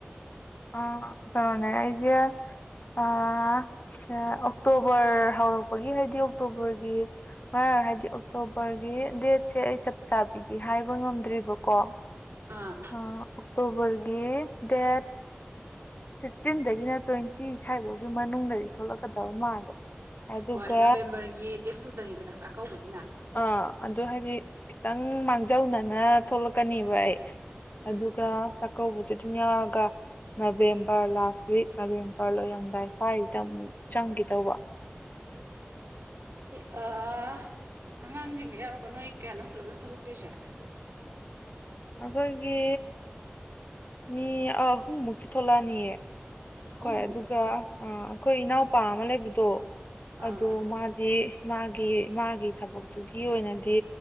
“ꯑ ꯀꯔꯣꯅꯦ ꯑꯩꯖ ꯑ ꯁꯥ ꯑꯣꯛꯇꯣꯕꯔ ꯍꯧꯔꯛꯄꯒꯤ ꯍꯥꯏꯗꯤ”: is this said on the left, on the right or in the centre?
Left